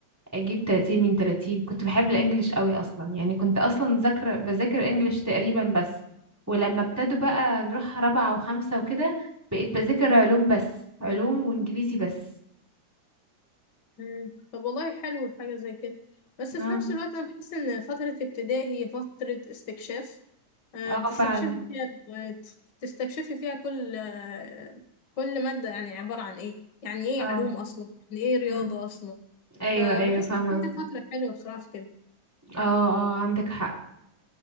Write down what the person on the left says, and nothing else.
مم. طب والله حلو حاجة زي كده بس في
نفس الوقت أنا بحس إن فترة ابتدائي هي فترة استكشاف آه،
بتستكشفي
فيها المواد بتستكشفي فيها كل آه، كل مادة يعني عبارة عن إيه يعني إيه
علوم أصلا يعني إيه رياضة
أصلا
فبحس
إن
هي فترة حلوة بصراحة في كده